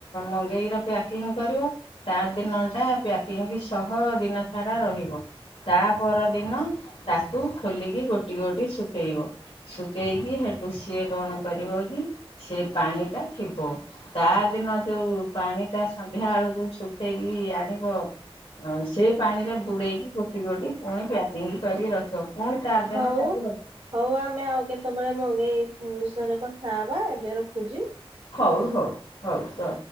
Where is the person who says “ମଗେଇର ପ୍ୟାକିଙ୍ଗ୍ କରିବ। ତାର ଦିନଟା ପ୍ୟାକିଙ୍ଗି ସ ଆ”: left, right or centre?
Left